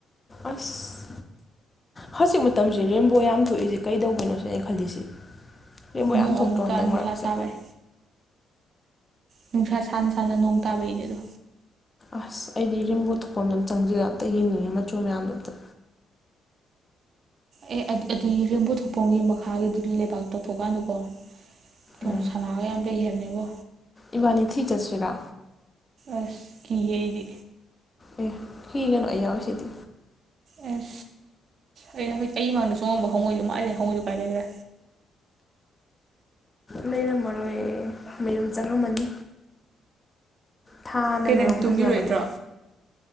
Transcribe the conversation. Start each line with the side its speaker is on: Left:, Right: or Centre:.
Left: ꯑꯁ ꯍꯧꯖꯤꯛ ꯃꯇꯝꯁꯦ ꯔꯦꯝꯕꯣ ꯌꯥꯝ ꯊꯣꯛꯏꯁꯦ ꯀꯩꯗꯧꯕꯅꯣ ꯁꯤꯅꯦ ꯑꯩ ꯈꯜꯂꯤꯁꯤ ꯔꯦꯝꯕꯣ
Right: ꯅꯣꯡ
Left: ꯌꯥꯝ ꯊꯣꯛꯇ꯭ꯔꯣ
Right: ꯑꯃꯨꯛꯀ
Left: ꯍꯟꯗꯛ
Right: ꯅꯨꯡꯁꯥ
Left: ꯃꯔꯛꯁꯦ
Right: ꯁꯥꯕꯩ ꯅꯨꯡꯁꯥ ꯁꯥꯅ ꯁꯥꯅ ꯅꯣꯡ ꯇꯥꯕꯒꯤꯅꯦ ꯑꯗꯣ
Left: ꯑꯁ ꯑꯩꯗꯤ ꯔꯦꯝꯕꯣ ꯊꯣꯛꯐꯝꯗꯣ ꯆꯪꯖꯒ ꯑꯝꯇ ꯌꯦꯡꯅꯤꯡꯉꯤ ꯃꯆꯨ ꯃꯌꯥꯝꯗꯣ ꯑꯝꯇ
Right: ꯑꯦ ꯑꯗꯨ ꯑꯗꯨꯏ ꯔꯦꯝꯕꯣ ꯊꯣꯛꯄꯝꯒꯤ ꯃꯈꯥꯒꯤꯗꯨ ꯂꯩꯕꯥꯛ ꯇꯧꯊꯣꯛꯀꯥꯟꯗꯀꯣ ꯀꯩꯅꯣ
Left: ꯎꯝ
Right: ꯁꯅꯥꯒ ꯌꯥꯝ ꯂꯩ ꯍꯥꯏꯕꯅꯦꯕꯣ
Left: ꯏꯕꯥꯅꯤ ꯊꯤ ꯆꯠꯆꯕꯤꯔꯥ
Right: ꯑꯁ ꯀꯌꯦ ꯏꯗꯤ
Left: ꯑꯦ ꯊꯤꯒ ꯅꯥꯛꯏ ꯌꯥꯑꯣ ꯁꯤꯗꯤ
Right: ꯎꯝ ꯑꯩꯅ ꯍꯧꯈꯣꯏ ꯀꯩ ꯃꯥꯡꯗ ꯆꯣꯡꯉꯝꯕ ꯍꯣꯡꯉꯣꯏꯁꯨ ꯃꯥꯜꯂꯦ ꯍꯉꯣꯏꯁꯨ ꯀꯥꯏ ꯂꯩꯈ꯭ꯔꯦ
Left: ꯂꯩꯔꯝ ꯃꯔꯣꯏ ꯃꯌꯨꯝ ꯆꯪꯉꯝꯃꯅꯤ ꯊꯥꯅ
Right: ꯀꯩ
Left: ꯃꯔꯨꯝ
Right: ꯅꯪ ꯇꯨꯝꯃꯤꯔꯣꯏꯗ꯭ꯔꯣ
Left: ꯐꯖꯕꯅꯦ